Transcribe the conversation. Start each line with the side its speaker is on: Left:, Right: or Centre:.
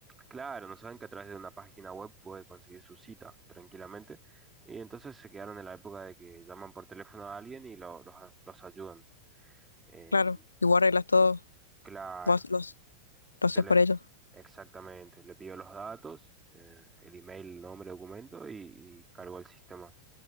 Right: Claro, no saben que a través de una página web puede conseguir su cita tranquilamente. Y entonces se quedaron en la época de que llaman por teléfono a alguien y lo- los, a- los ayudan. Em,
Left: Claro, y vos arreglas todo,
Right: claro,
Left: vos los, lo haces
Right: yo le,
Left: por ellos.
Right: exactamente, le pido los datos, eh, el email, nombre, documento y, y cargo al sistema.